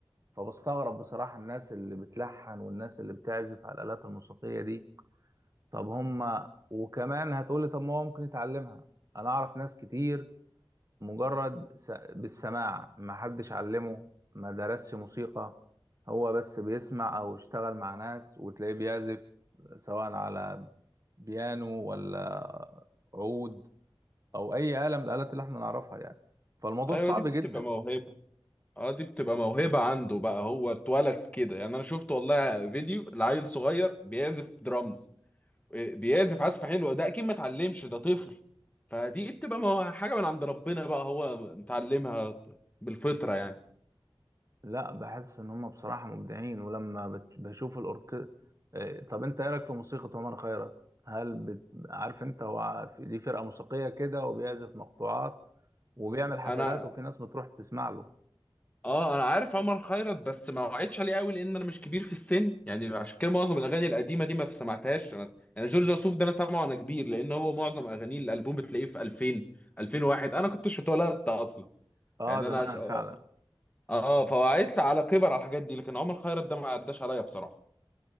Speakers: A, on the right; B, on the left.
A: فبستغرب بصراحه الناس اللي بتلحن والناس اللي بتعزف على الالات الموسيقيه دي طب هم وكمان هتقولي طب ما هو ممكن يتعلمها انا اعرف ناس كتير مجرد س... بالسماع ما حدش علمه ما درسش موسيقى هو بس بيسمع او اشتغل مع ناس وتلاقيه بيعزف سواء على بيانو ولا عود او اي آلة من الآلات اللي احنا نعرفها يعني فالموضوع
B: ايوه
A: صعب
B: دي بتبقى
A: جدا
B: موهبه اه دي بتبقى موهبه عنده بقى هو اتولد كده يعني انا شفت والله فيديو لعيل صغير بيعزف درامز إيه، بيعزف عزف حلو ده اكيد ما اتعلمش ده طفل فدي بتبقى مو- حاجه من عند ربنا بقى هو متعلمها بالفطره يعني
A: لا بحس ان هم بصراحه مبدعين ولما بت- بشوف الاورك آه، طب انت ايه رايك في موسيقى عمر خيرت هل بت... عارف انت هو في- ليه فرقه موسيقيه كده وبيعزف مقطوعات وبيعمل حفلات
B: انا
A: وفي ناس بتروح تسمع له
B: اه انا عارف عمر خيرت بس ما وعدتش عليه قوي لان انا مش كبير في السن يعني عشان كده معظم الاغاني القديمه دي ما سمعتهاش انا يعني جورج وسوف ده انا سامعه وانا كبير لان هو معظم اغانيه الالبوم بتلاقيه في 2000 2001 انا كنتش اتولدت اصلا
A: اه
B: يعني
A: زمان
B: انا س- اه
A: فعلا
B: آه، فهو هيطلع على كبر على الحاجات دي لكن عمر خيرت ده ما عداش عليا بصراحه